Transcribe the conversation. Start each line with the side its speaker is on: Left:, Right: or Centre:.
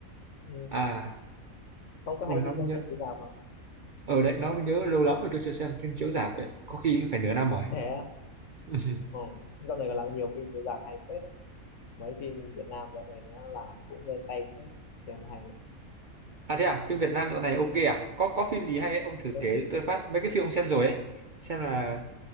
Left: Ừ.
Right: à
Left: Ông có
Right: ôi
Left: hay
Right: nó
Left: đi xem
Right: nhớ
Left: phim chiếu rạp không?
Right: ở đấy nó mới nhớ lâu lắm rồi tôi chưa xem phim chiếu rạp đấy có khi cũng phải nửa năm rồi
Left: Thế à?
Right: <laughs>
Left: Ừ. Dạo này còn làm nhiều phim chiếu rạp hay phết mấy phim Việt Nam dạo này nó làm cũng lên tay phết xem hay đấy.
Right: à thế à phim Việt Nam dạo này ok à có có phim gì hay ấy? ông thử
Left: đúng
Right: kể tôi phát mấy cái phim ông xem rồi ấy xem là